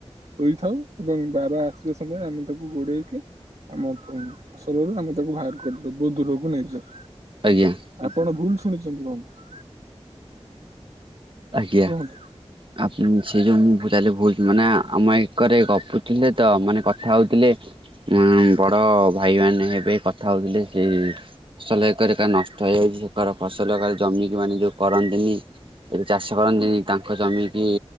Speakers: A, on the right; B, on the right.
A: ଶୋଇଥାଉ ଏବଂ ବାର ଆସିବା ସମୟରେ ଆମେ ତାକୁ ତା ଗୋଡେଇକି ଆମ ଫସଲରୁ ଆମେ ତାକୁ ବାହାର କରିଦଉ ବହୁତ ଦୂରକୁ ନେଇଯାଉ।
B: ଆଜ୍ଞା।
A: ଆପଣ ଭୁଲ ଶୁଣିଛନ୍ତି ବନ୍ଧୁ।
B: ଆଜ୍ଞା।
A: କୁହନ୍ତୁ
B: ଆ ସେ ଯୋଉଁ ମୁଁ ତାହେଲେ ଭୁଲ ମାନେ ଆମ ଏକରେ ଗପୁଥିଲେ ତ ମାନେ କଥା ହଉଥିଲେ। ବଡ଼ ଭାଇମାନେ ହେବେ କଥା ହେଉଥିଲେ ସେ ଫସଲ ଏକରେ ଏକା ନଷ୍ଟ ହେଇଯାଉଛି ଫସଲ ଏକ ଜମିକି ମାନେ ଯୋଉ କରନ୍ତିନି। ଏବେ ଚାଷ କରନ୍ତିନି ତାଙ୍କ ଜମି କି